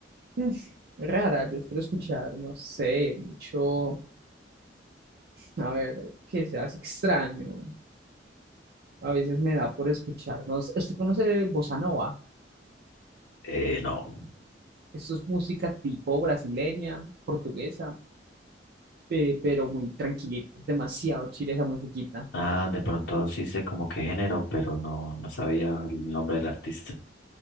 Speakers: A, on the right; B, on the left.
A: Mm, Rara, yo suelo escuchar, no sé, mucho. A ver, que seas extraño. A veces me da por escucharnos. ¿Usted conoce Bossa Nova?
B: Eh, no.
A: Esto es música tipo brasileña, portuguesa. pe- pero muy tranquilito. Es demasiado chile esa musiquita.
B: Ah, de pronto sí sé como qué género, pero no, no sabía el nombre del artista.